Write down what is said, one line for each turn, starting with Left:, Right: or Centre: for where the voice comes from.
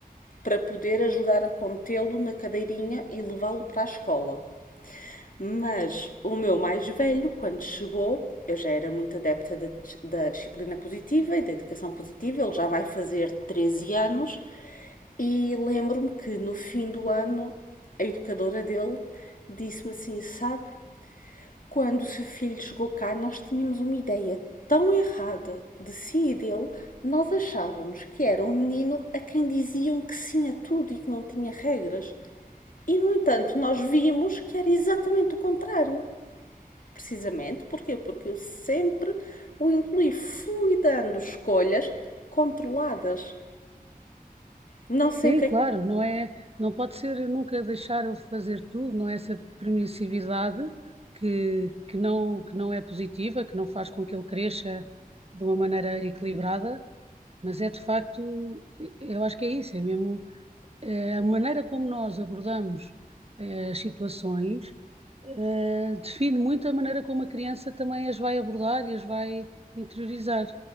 Left: para poder ajudar a contê-lo na cadeirinha e levá-lo para a escola. Mas o meu mais velho, quando chegou, eu já era muito adepta da, da disciplina positiva e da educação positiva, ele já vai fazer 13 anos, e lembro-me que no fim do ano a educadora dele disse-me assim: Sabe, quando o seu filho chegou cá, nós tínhamos uma ideia tão errada de si e dele, nós achávamos que era um menino a quem diziam que sim a tudo e que não tinha regras. E, no entanto, nós vimos que era exatamente o contrário. Precisamente, porquê? Porque eu sempre o incluí, fui dando escolhas controladas. Não sei
Right: Sim,
Left: o que é
Right: claro,
Left: que
Right: não é, não pode ser nunca deixar ele fazer tudo, não é essa permissividade que, que não, que não é positiva, que não faz com que ele cresça de uma maneira equilibrada Mas é de facto, eu acho que é isso, é mesmo eh, a maneira como nós abordamos eh, as situações eh, define muito a maneira como a criança também as vai abordar e as vai interiorizar.